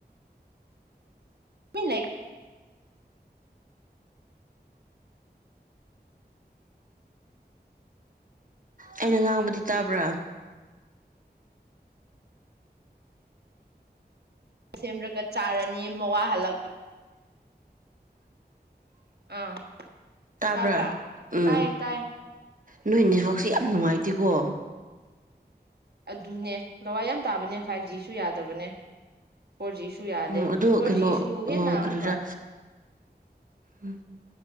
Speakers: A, on the right (about 70°); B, on the right (about 50°).
A: ꯂꯩꯥꯏꯛ
B: ꯑꯩꯅ ꯉꯥꯡꯕꯗꯤ ꯇꯥꯕ꯭ꯔꯥ
A: ꯁꯦꯝꯔꯒ ꯆꯥꯔꯅꯤ ꯃꯋꯥ ꯍꯜꯂꯛꯄꯗ ꯑꯥ
B: ꯇꯥꯕ꯭ꯔꯥ
A: ꯇꯥꯕ꯭ꯔ
B: ꯎꯝ
A: ꯇꯥꯏ ꯇꯥꯏ
B: ꯅꯣꯏ ꯅꯦꯠꯋꯥꯛꯁꯦ ꯌꯥꯝ ꯅꯨꯡꯉꯥꯏꯇꯦꯀꯣ
A: ꯑꯗꯨꯅꯦ ꯂꯋꯥꯏ ꯌꯥꯝ ꯇꯥꯕꯅꯦ ꯐꯥꯏꯚ ꯖꯤꯁꯨ ꯌꯥꯗꯕꯅꯦ ꯐꯣꯔ ꯖꯤꯁꯨ ꯌꯥꯗꯦ
B: ꯎꯝ ꯑꯗꯨ
A: ꯐꯣꯔ
B: ꯀꯩꯅꯣ
A: ꯖꯤꯁꯨ ꯍꯦꯟꯅ
B: ꯑ
A: ꯑꯃꯨꯛꯀ
B: ꯀꯔꯤꯔꯥ ꯎꯝ